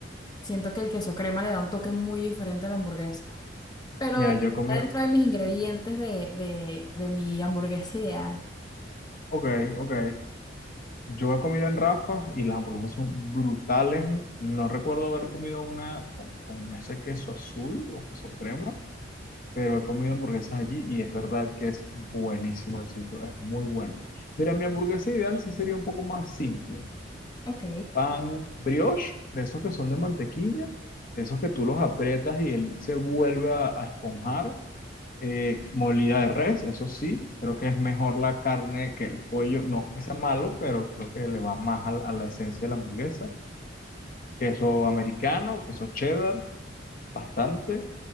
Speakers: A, on the left; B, on the left.
A: Siento que el queso crema le da un toque muy diferente a la hamburguesa. Pero
B: Mira,
A: está
B: yo he comido,
A: dentro de mis ingredientes de, de, de mi hamburguesa ideal.
B: ok, ok. Yo he comido en Rafa y las hamburguesas son brutales. No recuerdo haber comido una con, con ese queso azul o queso crema. Pero he comido hamburguesas allí y es verdad que es buenísimo el sitio, es muy bueno. Mira, mi hamburguesa ideal sí sería un poco más simple.
A: Ok.
B: Pan brioche, de esos que son de mantequilla, de esos que tú los aprietas y él se vuelve a, a esponjar. Eh, molida de res, eso sí, creo que es mejor la carne que el pollo, no que sea malo, pero creo que le va más a, a la esencia de la hamburguesa. Queso americano, queso cheddar, bastante.